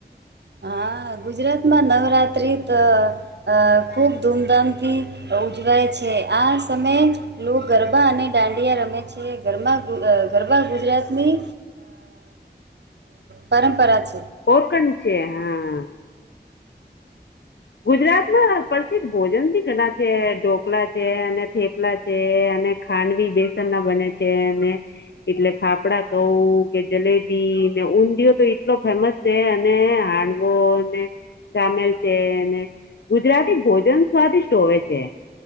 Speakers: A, on the right (about 75°); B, on the left (about 85°).
A: હા ગુજરાતમાં નવરાત્રી ત અ ખૂબ ધૂમધામથી ઉજવાય છે, આ સમયે લોકો ગરબા અને દાંડિયા રમે. રમે છે. ધરમાં ગરબા ગુજરાતની પરંપરા છે.
B: ઓકણ છેે, હા. ગુજરાતમાં પ્રસિદ્ધ ભોજન બી ઘણા છે, ઢોકલા છે, અને થેપલા છે, ખાંડવી બેસન માં બને છે, અને એટલે ફાફડા કઉ કે જલેબી ઊંધિયો તો એટલો ફેમસ છે, અને હાંડવો ને સામેલ છે, ગુજરાતી ભોજન સ્વાદિષ્ટ હોવે છે.